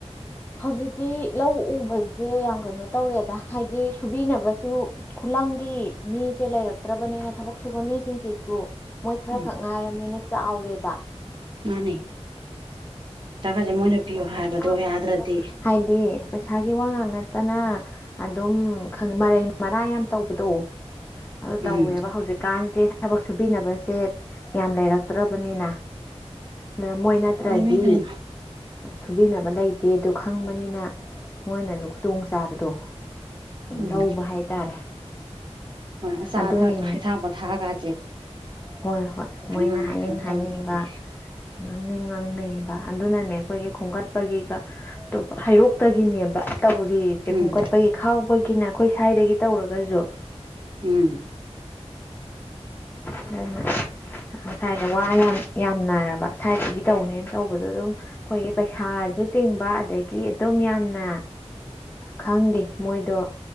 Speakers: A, on the left (about 15°); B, on the right (about 45°).
A: ꯍꯧꯖꯤꯛꯇꯤ ꯂꯧ ꯎꯕꯖ ꯁꯦ ꯌꯥꯝ ꯀꯩꯅꯣ ꯇꯧꯔꯦꯗ ꯍꯥꯏꯗꯤ ꯁꯨꯕꯤꯅꯕꯁꯨ ꯈꯨꯂꯪꯒꯤ ꯃꯤꯁꯦ ꯂꯩꯔꯛꯇ꯭ꯔꯕꯅꯤ ꯅ ꯊꯕꯛ ꯁꯨꯕ ꯃꯤꯁꯤꯡꯁꯤꯁꯨ ꯃꯣꯏ ꯈꯔ
B: ꯎꯝ
A: ꯈꯛ ꯉꯥꯏꯔꯕꯅꯤꯅ ꯆꯥꯎꯔꯦꯕ
B: ꯃꯥꯅꯦ ꯁꯥꯒꯖꯦ ꯃꯣꯏꯅ ꯄꯤꯌꯣ
A: ꯄꯩꯁꯥꯒꯤ
B: ꯍꯥꯏꯕꯗꯣ
A: ꯋꯥ ꯉꯥꯛ
B: ꯌꯥꯗ꯭ꯔꯗꯤ
A: ꯅꯠꯇꯅ ꯍꯥꯏꯗꯤ ꯄꯩꯁꯥꯒꯤ ꯋꯥꯉꯥꯡ ꯅꯠꯇꯅ ꯑꯗꯨꯝ ꯈꯪ ꯃꯔꯩ ꯃꯔꯥꯡ ꯌꯥꯝ ꯇꯧꯕꯗꯣ ꯑꯣ ꯇꯧꯋꯦꯕ
B: ꯎꯝ
A: ꯍꯧꯖꯤꯛꯀꯥꯟꯁꯦ ꯊꯕꯛ ꯁ ꯍꯥꯞꯄꯤꯅꯕꯁꯦ ꯌꯥꯝ ꯂꯩꯔꯛꯇ꯭ꯔꯕꯅꯤꯅ ꯑꯗꯨ ꯃꯣꯏ ꯅꯠꯇ꯭ꯔꯗꯤ
B: ꯇꯧꯔꯤꯅꯤ ꯀꯩꯅꯣ
A: ꯁꯨꯕꯤꯅꯕ ꯂꯩꯇꯦ ꯑꯗꯨ ꯈꯪꯕꯅꯤꯅ ꯃꯣꯏꯅꯁꯨ ꯈꯨꯗꯣꯡꯆꯥꯥꯕꯗꯣ
B: ꯎꯝ
A: ꯂꯧꯕ ꯍꯥꯏꯇꯥꯔꯦ
B: ꯍꯣꯏ ꯑꯆꯥ
A: ꯑꯗꯨ
B: ꯑꯊꯛ
A: ꯑꯣꯏꯅꯦ
B: ꯍꯩꯊꯥ ꯄꯣꯊꯥꯒꯁꯦ
A: ꯍꯣꯏ ꯍꯣꯏ
B: ꯐꯖꯅ
A: ꯃꯣꯏꯅ ꯍꯥꯏꯅꯤꯡ
B: ꯀꯩꯅꯣ
A: ꯍꯥꯏꯅꯤꯡꯕ
B: ꯇꯧꯗ꯭ꯔꯗꯤ
A: ꯉꯥꯡꯅꯤꯡ ꯉꯥꯡꯅꯤꯡ ꯑꯗꯨꯅꯅꯦ ꯑꯩꯈꯣꯏꯒꯤ ꯈꯣꯝꯒꯠꯄꯒꯤꯒ ꯍꯩꯔꯣꯛꯇꯒꯤꯅꯦꯕ ꯇꯧꯔꯤꯁꯦ
B: ꯎꯝ
A: ꯈꯣꯝꯀꯠꯄꯒꯤ ꯈꯥꯎꯕꯒꯤꯅ ꯑꯩꯈꯣꯏ ꯁ꯭ꯋꯥꯏꯗꯒꯤ ꯇꯧꯔꯒꯁꯨ
B: ꯎꯝ
A: ꯑꯗꯨꯃ ꯁꯁ꯭ꯋꯥꯏꯗ ꯋꯥ ꯌꯥꯝ ꯌꯥꯝꯅꯔꯕ ꯁ꯭ꯋꯥꯏꯗꯒꯤ ꯇꯧꯅꯦꯅ ꯇꯧꯕꯗꯣ ꯑꯗꯨꯝ ꯑꯩꯈꯣꯏꯒꯤ ꯄꯩꯁꯥ ꯁꯥꯁꯨ ꯇꯤꯡꯕ ꯑꯗꯒꯤ ꯑꯗꯨꯝ ꯌꯥꯝꯅ ꯈꯪꯗꯦ ꯃꯣꯏꯗꯣ